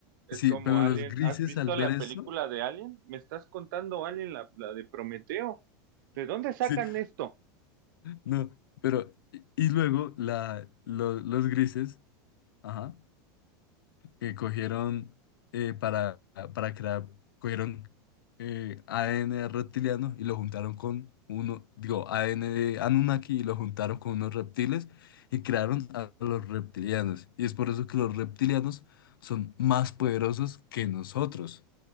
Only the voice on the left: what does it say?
sí,
pero
los grises
al ver
esto,
sí,
no, pero, y, y luego la, lo- los grises, ajá. que cogieron eh, para, para crear, cogieron eh, ADN reptiliano y lo juntaron con uno, digo, ADN de Anunnaki y lo juntaron con unos reptiles y crearon a los reptilianos. Y es por eso que los reptilianos son más poderosos que nosotros,